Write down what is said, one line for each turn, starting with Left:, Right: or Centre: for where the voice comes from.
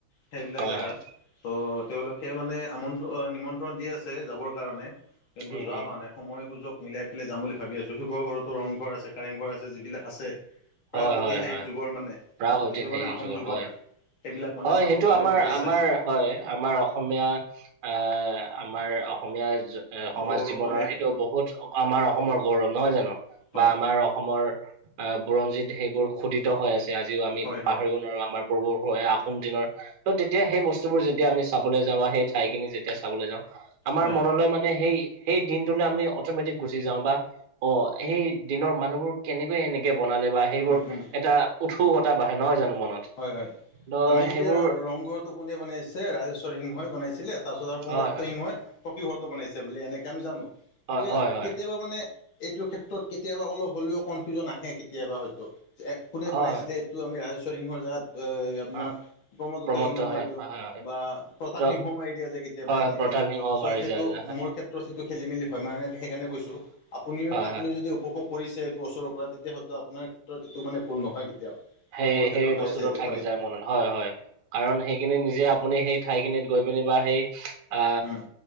Left: সেইবিলাক
Right: হয় হয়
Left: জেগাত
Right: হয় হয়
Left: - ত' তেওঁলোকে মানে আমন্ত্ৰণ নিমন্ত্ৰণ দি আছে যাবৰ কাৰণে কিন্তু
Right: উম
Left: যোৱা
Right: হম
Left: হোৱা নাই। সময় সুযোগ মিলাই পেলাই যাম বুলি ভাবি আছো, শিৱসাগৰতো ৰংঘৰ আছে কাৰেংঘৰ আছে যিবিলাক আছে -
Right: হয়
Left: প্ৰাক ঐতিহাসিক
Right: হয় হয়
Left: যুগৰ মানে
Right: প্ৰাগ ঐতিহাসিক
Left: যিটো মানে আহোম যুগৰ
Right: হয়
Left: - সেইবিলাক মানে
Right: হয়
Left: চাবৰ
Right: সেইটো
Left: কাৰণে
Right: আমাৰ
Left: খুবেই
Right: আমাৰ
Left: ইচ্ছা আছে।
Right: হয় আমাৰ অসমীয়া এ আমাৰ অসমীয়া - এ সমাজ
Left: গৌৰৱ
Right: জীৱনৰ
Left: মানে
Right: সেইটো বহুত আমাৰ অসমৰ গৌৰৱ নহয় জানো?
Left: হয়
Right: বা আমাৰ অসমৰ এ বুৰঞ্জিত সেইবোৰ খোদিত হৈ আছে। আজিও আমি
Left: হয় হয়
Right: পাহৰিব - আমাৰ পূৰ্বপুৰুষৰ এ আহোম দিনৰ - ত' তেতিয়া সেই বস্তুবোৰ যেতিয়া আমি চাবলৈ যাওঁ সেই ঠাইখিনি যেতিয়া চাবলৈ যাওঁ - আমাৰ
Left: হয়
Right: মনলৈ মানে সেই - সেই দিনটোলৈ আমি অটমেটিক গুচি যাও বা অ সেই দিনৰ মানুহবোৰ কেনেকৈ এনেকে - বনালে বা সেইবোৰ
Left: উম উম
Right: এটা উৎসুকতা বাঢ়ে নহয় জানো? মনত
Left: হয় হয়,
Right: ত
Left: আমি এতিয়া
Right: সেইবোৰ
Left: ৰংঘৰটো কোনে বনাইছে? ৰাজেশ্বৰ সিংহই বনাইছিলে - তাৰপিছত আৰু প্ৰমত্ত
Right: হয়, হয়,
Left: সিংহই পকীঘৰটো বনাইছে বুলি এনেকে আমি জানো।
Right: হয়,
Left: এতিয়া
Right: হয়, হয়,
Left: কেতিয়াবা মানে - এইটো ক্ষেত্ৰত কেতিয়াবা অলপ হ'লেও কনফিউজন আহে কেতিয়াবা হয়তো, কোনে
Right: হয়,
Left: বনাইছিলে? ত আমি ৰাজেস্বৰ সিংৰ জাগাত এই - আপোনাৰ
Right: হয়,
Left: প্ৰমদত্ত
Right: প্ৰমত্ত
Left: সিংহ মাৰি
Right: হয়,
Left: দিও
Right: হয়, হয়, হয়।
Left: বা প্ৰতাপ
Right: ত'
Left: সিংহও মাৰি দিয়া যে কেতিয়াবা
Right: হয়,
Left: এনেই।
Right: প্ৰতাপ সিংহ
Left: চ
Right: মাৰি
Left: সেইটো
Right: যায় যে, হয়,
Left: মোৰ ক্ষেত্ৰত সেইটো খেলি মেলি হয়, মানে সেই কাৰণে কৈছো আপুনিও
Right: হয়,
Left: আপুনি
Right: হয়,
Left: যদি উপভোগ কৰিছে সেইটো ওচৰৰ পৰা তেতিয়া হয়তো আপোনাৰ ক্ষেত্ৰত এইটো মানে ভুল নহয় কেতিয়াও।
Right: সেই-সেইবস্তুটো
Left: ত' মোৰ ক্ষেত্ৰত হৈ আছে এইটো
Right: থাকি
Left: হয়
Right: যায় মনত হয় হয়, কাৰণ সেই খিনি নিজে আপুনি সেই ঠাইখিনিত গৈ পিনি বা সেই আ
Left: উম,